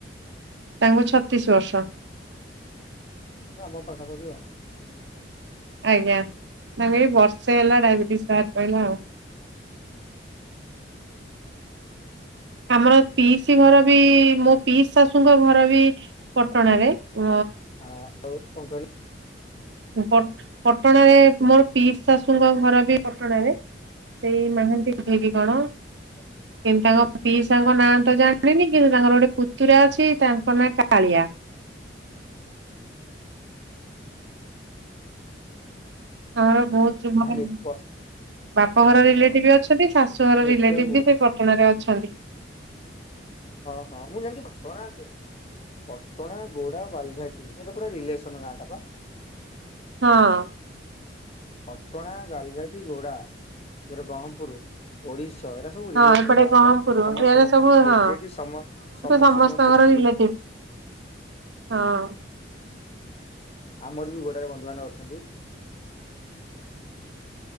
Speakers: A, on the right; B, on the left.
A: ତାଙ୍କୁ ଛ ତିଶ ବର୍ଷ।
B: ସେ ଆମ ପାଖାପାଖି ଆଉ।
A: ଆଜ୍ଞା। ନା ନାଇଁ ଏଇ ବର୍ଷେ ହେଲା ଡାଇବେ <unintelligible> ଆମର ପିଇସି ଘର ବି ମୋ ପିଇସି ଶାଶୂଙ୍କ ଘର ବି ପଟଣାରେ ଅ
B: ହଁ ଆଉ କଣ କହିଲେ?
A: ପ-ପଟ-ପଟଣାରେ ମୋର ପିଇସି ଶାଶୂ ଶାଶୂଙ୍କ ଘର ବି ପଟଣାରେ। ସେଇ ମାହାନ୍ତି କୁହେ କି କଣ?
B: <unintelligible>
A: ତାଙ୍କ ପିଇସାଙ୍କ ନାଁ ତ ଜାଣିନି କିନ୍ତୁ ତାଙ୍କର ଗୋଟେ ପୁତୁରା ଅଛି ତାଙ୍କ ନାଁ କାଳିଆ। ହଁ ବହୁତ <unintelligible>
B: ଭାରି ବର୍ଷ
A: ବାପ ଘର
B: ଓହୋ
A: ରିଲେଟିଭ ଅଛନ୍ତି, ଶାଶୂଘର
B: ନେଟୱାର୍କ
A: ରିଲେଟିଭ
B: ବହୁତ
A: ବି ସେଇ ପଟଣାରେ ଅ ଛନ୍ତି।
B: ହଁ ହଁ ମୁଁ ଜାଣିଛି ପଟଣା ଆଗ ପଟଣା, ଗୋଡା, ବାଲଝାଟି, ଏଇଟା ପୁରା ରିଲେସନ ଗାଁ ଟା ପା।
A: ହଁ।
B: ପଟଣା, ଗାଲଝାଟି, ଗୋଡ଼ା, ଇଆଡ଼େ ଗହମପୁରୁ, ଓଡ଼ିଶ ତ ଏୟରା ସବୁ
A: ହଁ
B: ରିଲେସନ
A: ଏପଟେ
B: ଗାଁ
A: ବ୍ରହ୍ମପୁର
B: ଗୁଡା। ସମସ୍ତେ
A: ଏରା
B: ସମ
A: ସବୁ ହଁ
B: ମେଜରିଟି ସମ ସମସ୍ତେ
A: ସମସ୍ତଙ୍କର
B: ସମସ୍ତଙ୍କୁ ଚିହ୍ନିଥିବେ।
A: ରିଲେଟିଭ୍ ହଁ।
B: ଆମର ବି ଗୋଡାରେ ବନ୍ଧୁବାନ୍ଧବ ଅଛନ୍ତି।